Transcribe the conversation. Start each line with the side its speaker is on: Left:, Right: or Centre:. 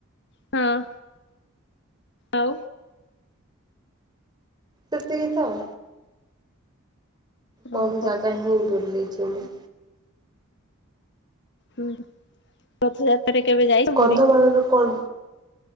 Left: ହଁ ଆଉ।
Right: ସେ କିତ ହଉ। କମ୍
Left: ଓହୋ
Right: ଜାଗା ହିଁ ବଡିଲ। ଜମି।
Left: ହୁଁ। ରଥଯାତ୍ରାରେ କେବେ ଯାଇଛ
Right: କନ୍ଧମାଳର
Left: ପୁରୀ।
Right: କଣ